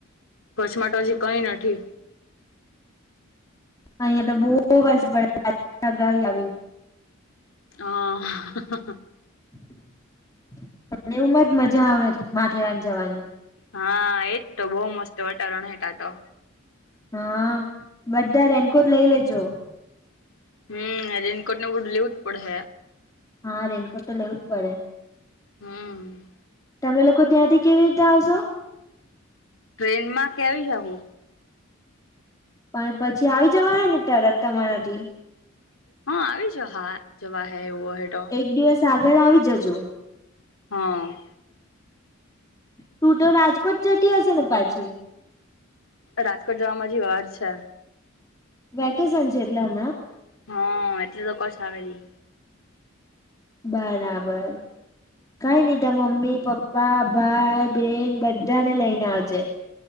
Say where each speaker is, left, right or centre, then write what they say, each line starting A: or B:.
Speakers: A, on the left; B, on the left.
A: કચ્છમાં તો હજી કઈ નથી.
B: અયા તો <unintelligible> આવી.
A: <unintelligible>
B: <unintelligible> મજા આવે માથેરાન જવાની.
A: હા એજ તો બોઉ મસ્ત વટારણ <unintelligible> ટા તો
B: હા બધા રેનકોટ લઈ લેજો.
A: હમ રેનકોટ ને બડું લેવું જ પડ હે.
B: હા રેનકોટ તો લેવું જ પડે.
A: હમ્મ
B: તમે લોકો ત્યાંથી કેવી રીતે આવશો
A: ટ્રેનમાં કેવી, જાવુ
B: પણ પછી આવી જવા <unintelligible> તરત તમારાથી
A: હ આવી જ હા જવા હે એવું હોય તો
B: એક દિવસ આગળ આવી જજો
A: હા
B: તું તો રાજકોટ જટી હશે ને પાછ.
A: રાજકોટ જવા જી વાહર છે
B: વેકેસન છે એટલા
A: હા એટલે તો કછ આવે નહી
B: બરાબર કઈ નહ ત મમ્મી પપ્પા ભાઈ બેન બધાને લઈને આવજે